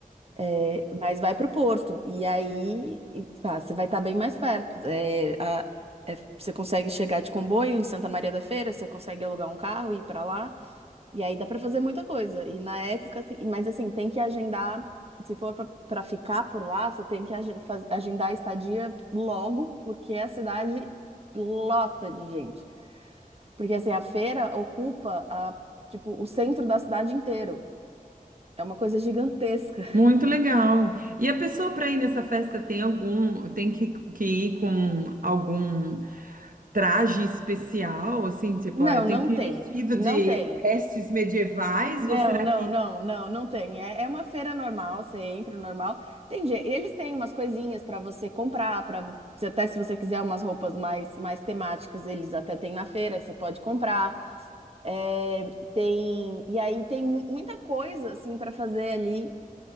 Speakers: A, on the right; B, on the right.
A: É, mas vai para o Porto e aí e, pá, você vai estar bem mais perto. É, a- é, você consegue chegar de comboio em Santa Maria da Feira, você consegue alugar um carro e ir para lá. E aí dá pra fazer muita coisa. E na época, assim, mas assim, tem que agendar. Se for pra pra ficar por lá, você tem que age- faz- agendar a estadia logo, porque a cidade lota de gente. Porque assim, a feira ocupa a, tipo, o centro da cidade inteiro. É uma coisa gigantesca. <laughs>
B: Muito legal. E a pessoa para ir nessa festa tem algum, tem que, que ir com algum traje especial, assim, tipo,
A: Não,
B: ah, eu
A: não
B: tenho que
A: tem.
B: ir vestido
A: Não
B: de
A: tem.
B: vestes medievais,
A: Não,
B: ou será
A: não,
B: que...
A: não, não, não tem. É, é uma feira normal, você entra normal. Tem, je- eles têm umas coisinhas para você comprar, para até se você quiser umas roupas mais, mais temáticas, eles até têm na feira que você pode comprar. É, tem e aí tem mu- muita coisa assim para fazer ali.